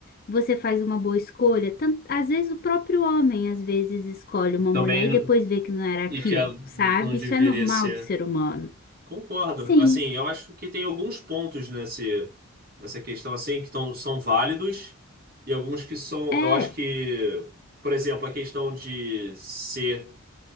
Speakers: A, on the left (about 40°); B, on the right (about 45°).
A: você faz uma boa escolha. Tanto, às vezes o próprio homem às vezes escolhe uma
B: Também.
A: mulher e depois vê que não era aquilo,
B: E que é-
A: sabe?
B: não deveria
A: Isso é normal
B: ser.
A: do ser humano.
B: Concordo.
A: Sim,
B: Assim, eu acho que tem alguns pontos nesse, nessa questão assim que tão, são válidos e alguns que são,
A: é.
B: eu acho que, por exemplo, a questão de ser